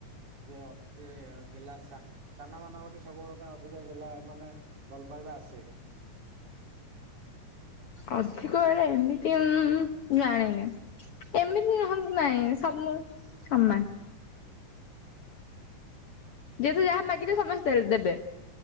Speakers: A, on the right; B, on the left.
A: ଯିଏ ଅତି ଗେଲ୍ଲା। <unintelligible> ସାନ ମାନଙ୍କଠେ ସବୁବେଳ ପାଇଁ ଅଧିକା ଗେଲ୍ଲା ମାନେ ଭଲ ପାଇବା ଆସେ।
B: ଅଧିକ ବେଳେ ଏମିତିଁ ଜାଣିନି। ଏମିତି
A: ହୁଁ
B: ନାଇଁ ସବୁ ସମାନ। ଯେତେ ଯାହା ମାଗିଲେ ସମସ୍ତେ ଦେବେ।